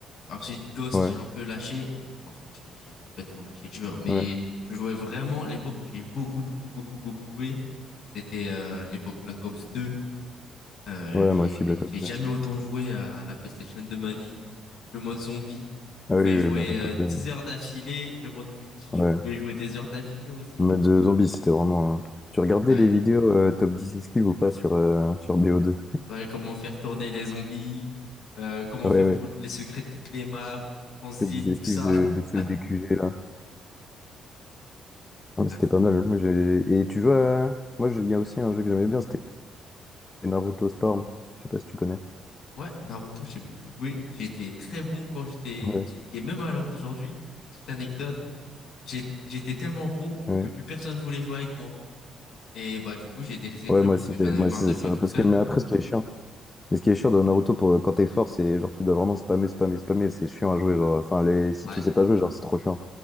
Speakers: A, on the left; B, on the left.
A: Ensuite, Ghost,
B: Ouais,
A: j'ai un peu lâché. Ensuite, j'ai j'ai complètement lâché le jeu. hein. Mais
B: ouais.
A: je jouais vraiment l'époque où j'ai beaucoup, beaucoup, beaucoup, beaucoup joué. C'était euh, l'époque Black Ops 2. Euh,
B: Ouais,
A: j'ai
B: moi aussi, Black Ops
A: j'ai jamais
B: deux.
A: autant joué à la PlayStation de ma vie. Le mode zombie, je
B: Ah
A: pouvais
B: oui, oui,
A: jouer
B: Black
A: euh,
B: Ops
A: 10
B: deux.
A: heures d'affilée. Le mode multi,
B: Ouais.
A: je pouvais jouer des heures d'affilée aussi.
B: En Mode de zombie, c'était vraiment. un- Tu regardais
A: Ouais.
B: les vidéos euh, top 10 esquives ou pas sur, euh, sur bo deux
A: Ouais, comment faire tourner les zombies, euh, comment
B: Ah
A: faire
B: Ouais, ouais.
A: tous les secrets de toutes les maps, transit,
B: Top 10
A: tout
B: esquives
A: ça.
B: de,
A: <laughs>
B: de CODQG, là. Ouais,
A: Ah,
B: c'était
A: c'est-
B: pas mal. Moi, j'ai... Et tu joues à. Moi, j'ai- il y a aussi un jeu que j'aimais bien, c'était Naruto Storm. Je sais pas si tu connais.
A: ouais, Naruto, j'ai beaucoup joué. J'étais très bon quand j'étais
B: Ouais,
A: petit et même à l'heure d'aujourd'hui, petite anecdote, j'ai- j'étais tellement bon
B: ouais.
A: que plus personne voulait jouer avec moi. Et bah du coup, j'ai délaissé le
B: Ouais,
A: jeu
B: moi
A: parce
B: aussi,
A: que j'en
B: c'est-
A: avais
B: moi
A: marre
B: aussi,
A: de
B: c'est
A: jouer
B: ça.
A: tout
B: Parce
A: seul.
B: que, mais après, ce qui est chiant. Mais ce qui est chiant dans Naruto, pour, quand t'es fort, c'est genre tu dois vraiment spammer, spammer, spammer. C'est chiant à jouer. Genre, enfin, les, si
A: Ouais,
B: tu sais pas jouer, genre c'est trop chiant.